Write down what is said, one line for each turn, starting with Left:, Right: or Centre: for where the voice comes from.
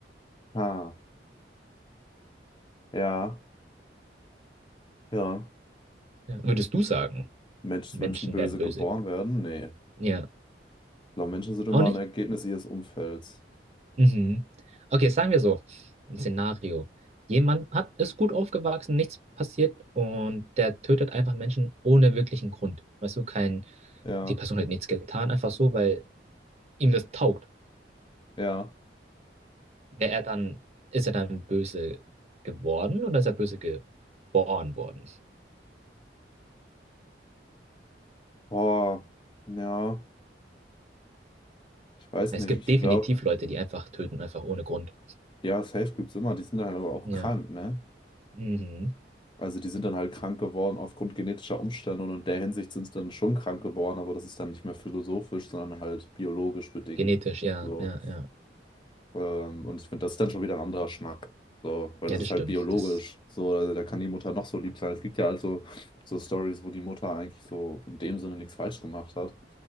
Left: Ha. Ja. Ja.
Right: Ja. Würdest du sagen,
Left: Mensch,
Right: Menschen
Left: Menschen böse
Right: werden böse?
Left: geboren werden? Nee.
Right: Ja.
Left: Ich glaube, Menschen sind immer
Right: Auch nicht?
Left: ein Ergebnis ihres Umfelds.
Right: Mhm. Okay, sagen wir so, ein Szenario. Jemand hat, ist gut aufgewachsen, nichts passiert und der tötet einfach Menschen ohne wirklichen Grund. Weißt du, kein,
Left: Ja.
Right: die Person hat nichts getan, einfach so, weil ihm das taugt.
Left: Ja.
Right: Wäre er dann, ist er dann böse geworden oder ist er böse geboren worden?
Left: Boah. Ja. Ich weiß
Right: Es
Left: nicht.
Right: gibt
Left: Ich
Right: definitiv
Left: glaube,
Right: Leute, die einfach töten, einfach ohne Grund.
Left: ja, safe gibt's immer. Die sind dann halt aber auch
Right: Ja,
Left: krank, ne?
Right: mhm.
Left: Also die sind dann halt krank geworden aufgrund genetischer Umstände und in der Hinsicht sind sie dann schon krank geworden, aber das ist dann nicht mehr philosophisch, sondern halt biologisch bedingt.
Right: Genetisch, ja,
Left: So.
Right: ja, ja.
Left: Ähm, und ich finde, das ist dann schon wieder ein anderer Schnack. So, weil das
Right: Ja, das
Left: ist
Right: stimmt.
Left: halt biologisch.
Right: Das,
Left: So, also da kann die Mutter noch so lieb sein. Es gibt ja also so Stories, wo die Mutter eigentlich so in dem Sinne nichts falsch gemacht hat.